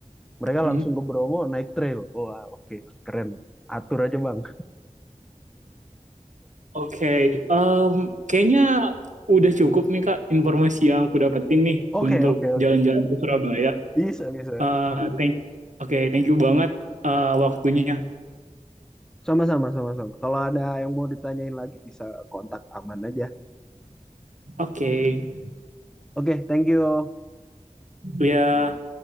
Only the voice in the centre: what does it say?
Mereka
langsung ke Bromo naik trail. Wah, oke, keren. Atur aja, Bang.
Oke,
oke, oke.
Bisa, bisa.
Sama-sama, sama-sama. Kalau ada yang mau ditanyain lagi, bisa kontak aman aja.
Oke, thank you.